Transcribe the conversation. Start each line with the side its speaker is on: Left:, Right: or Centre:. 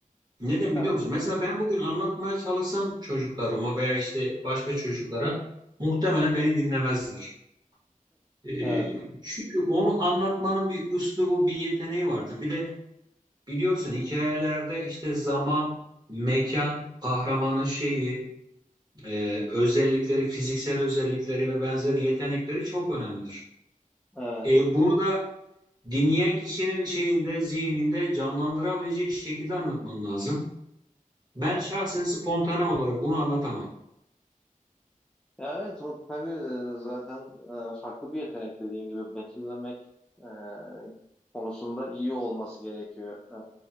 Right: Neden
Centre: Tabii.
Right: biliyor musun? Mesela ben bugün anlatmaya çalışsam çocuklarıma veya işte başka çocuklara muhtemelen beni dinlemezler. Ee,
Centre: Evet.
Right: çünkü onu anlatmanın bir üslubu, bir yeteneği vardır. Bir de biliyorsun hikayelerde işte zaman, mekan, kahramanın şeyi, e, özellikleri, fiziksel özellikleri ve benzeri yetenekleri çok önemlidir.
Centre: Evet.
Right: E, bunu da dinleyen kişinin şeyinde, zihninde canlandırabileceği şekilde anlatman lazım. Ben şahsen spontane olarak bunu anlatamam.
Centre: Ya evet o tabii e, zaten e, farklı bir yetenek dediğin gibi betimlemek e, konusunda iyi olması gerekiyor. E,